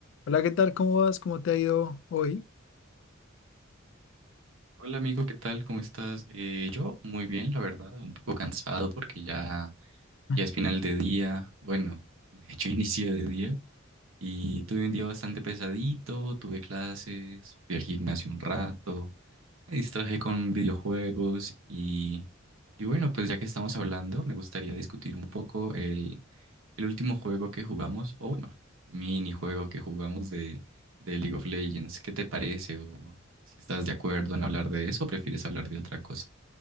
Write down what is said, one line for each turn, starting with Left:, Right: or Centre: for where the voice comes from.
Left: Hola, ¿qué tal? ¿Cómo vas? ¿Cómo te ha ido hoy?
Right: Hola amigo, ¿qué tal? ¿Cómo estás? Eh, yo muy bien, la verdad, un poco cansado porque ya, ya
Left: Mm.
Right: es final de día, bueno, de hecho <laughs> inicio de día y tuve un día bastante pesadito, tuve clases, fui al gimnasio un rato, me distraje con videojuegos y, y bueno, pues ya que estamos hablando, me gustaría discutir un poco el, el último juego que jugamos, o bueno, minijuego que jugamos de, de League of Legends. ¿Qué te parece? O si estás de acuerdo en hablar de eso o prefieres hablar de otra cosa.